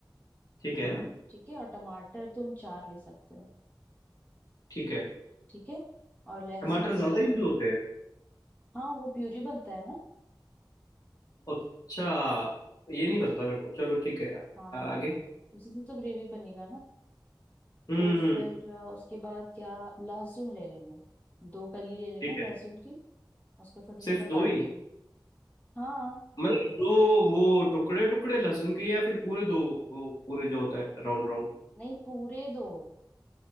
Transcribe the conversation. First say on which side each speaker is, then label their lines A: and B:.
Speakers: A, on the left (about 50°); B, on the left (about 20°).
A: ठीक है
B: ठीक है और टमाटर तुम चार ले सकते हो
A: ठीक है
B: ठीक है और लहसुन
A: टमाटर
B: की
A: ज्यादा यूज होते हैं
B: हाँ वो प्यूरी बनता है ना
A: अच्छा ये नहीं पता था मेरे को चलो ठीक है
B: हाँ
A: आ, आगे
B: हाँ हाँ उसी से तो ग्रेवी बनेगा ना
A: हम्म
B: तो
A: हम्म,
B: फिर अ, उसके बाद क्या लहसुन ले लेना दो कली ले लेना
A: ठीक है
B: लहसुन की उसको छोटा छोटा
A: सिर्फ
B: काट
A: दो ही
B: लेना हाँ
A: मतलब दो वो टुकड़े टुकड़े लहसुन के या फिर पूरे दो वो पूरे जो होता है राउंड राउंड
B: नहीं पूरे दो